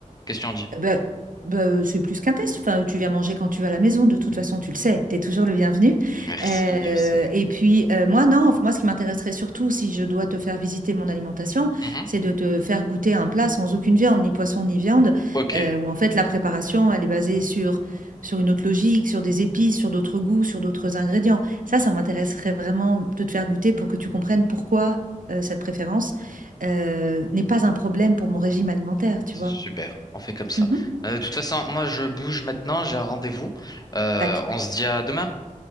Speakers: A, on the left; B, on the right.
A: Question dit.
B: Bah, bah, euh, c'est plus qu'un test. Enfin, tu viens manger quand tu vas à la maison. De toute façon, tu le sais. Tu es toujours le bienvenu.
A: Merci,
B: Euh,
A: je sais.
B: et puis, euh, moi, non. enfin, Moi, ce qui m'intéresserait surtout, si je dois te faire visiter mon alimentation,
A: Mhm.
B: c'est de te faire goûter un plat sans aucune viande, ni poisson, ni viande,
A: Ok.
B: euh, où en fait, la préparation, elle est basée sur, sur une autre logique, sur des épices, sur d'autres goûts, sur d'autres ingrédients. Ça, ça m'intéresserait vraiment de te faire goûter pour que tu comprennes pourquoi, euh, cette préférence, euh, n'est pas un problème pour mon régime alimentaire, tu
A: Super,
B: vois.
A: on fait comme ça.
B: Mhm.
A: Euh, de toute façon, moi je bouge maintenant, j'ai un rendez-vous. Euh,
B: Tac.
A: on se dit à demain.